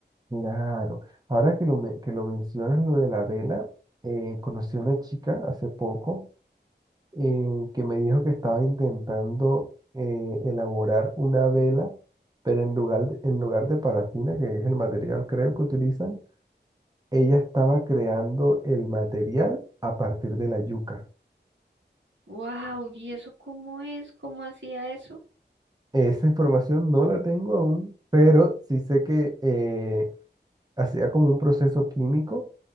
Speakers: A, on the right (about 20°); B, on the right (about 85°).
A: claro. Ahora que lo, me- que lo mencionas, lo de la vela, eh, conocí a una chica hace poco eh, que me dijo que estaba intentando eh, elaborar una vela, pero en lugar, de- en lugar de parafina, que es el material creo que utilizan, ella estaba creando el material a partir de la yuca.
B: Wow, ¿y eso cómo es? ¿Cómo hacía eso?
A: Esa información no la tengo aún, pero sí sé que eh, hacía como un proceso químico